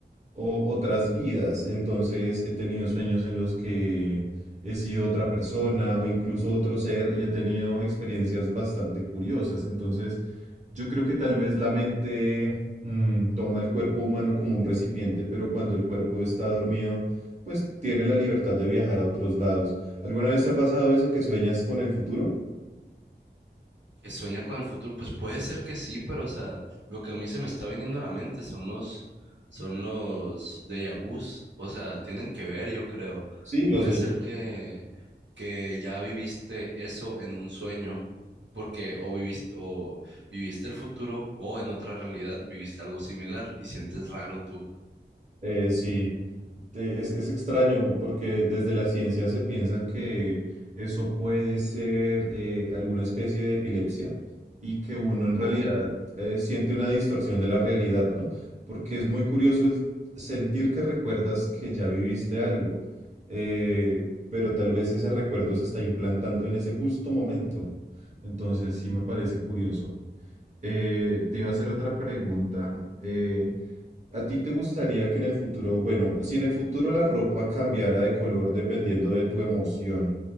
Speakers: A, on the right (about 40°); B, on the right (about 85°).
A: o otras vidas. Entonces he tenido sueños en los que he sido otra persona o incluso otro ser y he tenido experiencias bastante curiosas. Entonces yo creo que tal vez la mente mm, toma el cuerpo humano como un recipiente, pero cuando el cuerpo está dormido, pues tiene la libertad de viajar a otros lados. ¿Alguna vez te ha pasado eso que sueñas con el futuro?
B: ¿Que sueña con el futuro? Pues puede ser que sí, pero o sea, lo que a mí se me está viniendo a la mente son los, son los déjà vus. O sea, tienen que ver, yo creo.
A: Sí, los
B: Puede
A: de...
B: ser que, que ya viviste eso en un sueño, porque o viviste, o viviste el futuro o en otra realidad viviste algo similar y sientes raro tú.
A: Eh, sí. Eh, Es, es extraño porque desde la ciencia se piensa que eso puede ser eh, alguna especie de epilepsia y que uno en realidad
B: Oh.
A: eh, siente una distorsión de la realidad, ¿no? Porque es muy curioso el sentir que recuerdas que ya viviste algo, eh, pero tal vez ese recuerdo se está implantando en ese justo momento. Entonces sí me parece curioso. Eh, te iba a hacer otra pregunta. eh, ¿A ti te gustaría que en el futuro, bueno, si en el futuro la ropa cambiara de color dependiendo de tu emoción,